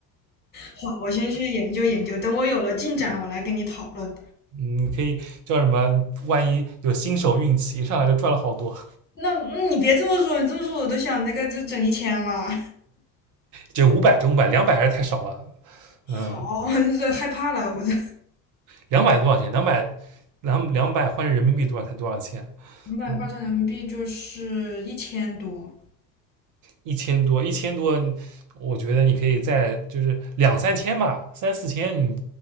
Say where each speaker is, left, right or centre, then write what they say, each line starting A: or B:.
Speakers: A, on the left; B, on the right.
A: 好，我先去研究研究，等我有了进展，我来跟你讨论。
B: 你可以叫什么？万一有新手运气，一上来就赚了好多。
A: 那、嗯你别这么说，你这么说我都想那个就整一千了。
B: 这五百，这五百，两百还是太少了。
A: <laughs>
B: 嗯，
A: 好，我这害怕了，我这
B: 两百多少钱？两百两两百换成人民币多少才多少钱？
A: 两百换成人民币就是一千多，
B: 嗯。一千多，一千多，我觉得你可以再就是两三千吧，三四千，你